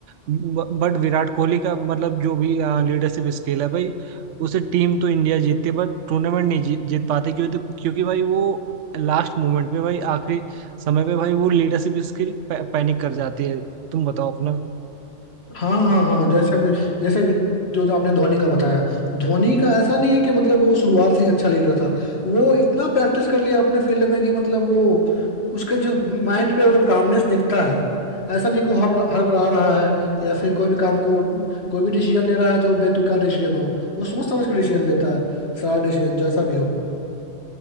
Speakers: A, on the right; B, on the left.
A: बट विराट कोहली का मतलब जो भी लीडरशिप स्किल है भाई उसे टीम तो इंडिया जीतती है बट टूर्नामेंट नहीं जी, जीत पाती क्योंकि तो, क्योंकि भाई वो लास्ट मोमेंट पे भाई आखिरी समय पे भाई वो लीडरशिप स्किल पैनिक कर जाती है तुम बताओ अपना
B: हाँ हाँ हाँ जैसे मे- जैसे जो जो आपने धोनी का बताया धोनी का ऐसा नहीं है कि मतलब वो शुरुआत से ही अच्छा लीडर था वो इतना प्रैक्टिस कर लिया अपने फील्ड में कि मतलब वो उसके जो माइंड पे वो कामनेस दिखता है ऐसा नहीं कि वो हड़ हड़बड़ा रहा है या फिर कोई भी काम को कोई भी डिसीजन ले रहा है जो बेतुका डिसीजन हो वो सोच समझ के डिसीजन लेता है सारा डिसीजन जैसा भी हो